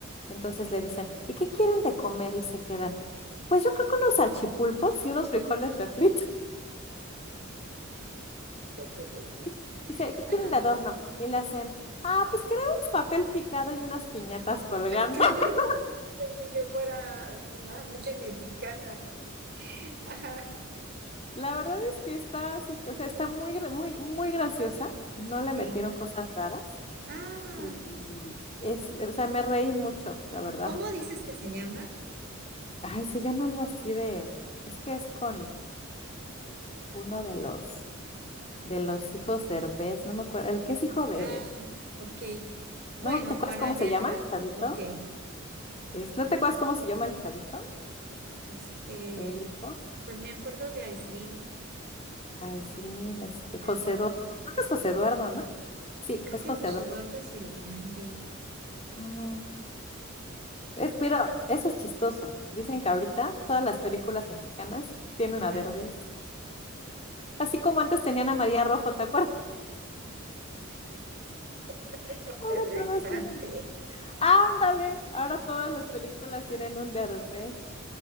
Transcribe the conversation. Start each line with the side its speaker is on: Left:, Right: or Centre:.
Left: Entonces le dicen, ¿y qué quieren de comer? Y se quedan. Pues yo creo que unos salchipulpos y unos frijoles refritos.
Right: Qué ocurrencia.
Left: <laughs> Dice, ¿qué quieren
Right: Ajá.
Left: de adorno? Y le hacen, ah, pues queremos papel picado y unas piñatas colgando.
Right: Ay, qué horror.
Left: <laughs>
Right: Pensé que fuera una noche mexicana. Ajá.
Left: La verdad es que está así, o sea, está muy, gra- muy, muy graciosa. No le
Right: Sí.
Left: metieron cosas raras.
Right: Ay,
Left: Y es, o sea, me reí mucho, la verdad.
Right: ¿cómo dices que se llama?
Left: Ay, se llama algo así de, es que es con uno de los de los hijos de derbez no me acuerdo, el que es hijo de,
Right: Ah, ok.
Left: no
Right: Bueno,
Left: me, ¿te acuerdas
Right: para
Left: cómo
Right: verla.
Left: se llama el chavito?
Right: Ok.
Left: Es, ¿no te acuerdas cómo se llama el chavito?
Right: Este,
Left: El hijo,
Right: pues me acuerdo de Aislinn.
Left: Aislinn, este, José
Right: Luego,
Left: Eduardo, creo que es José Eduardo, ¿no? Sí,
Right: creo
Left: es
Right: que
Left: José
Right: José
Left: Eduardo.
Right: Eduardo es el grande.
Left: Oh, es- pero eso es chistoso. Dicen que ahorita todas las películas mexicanas tienen
Right: Ajá.
Left: a Derbez. Así como antes tenían a María Rojo, ¿te acuerdas?
Right: <laughs>
Left: <laughs> Ahora
Right: Pedro
Left: todas
Right: Infante.
Left: tienen. Ándale, ahora todas las películas tienen un Derbez.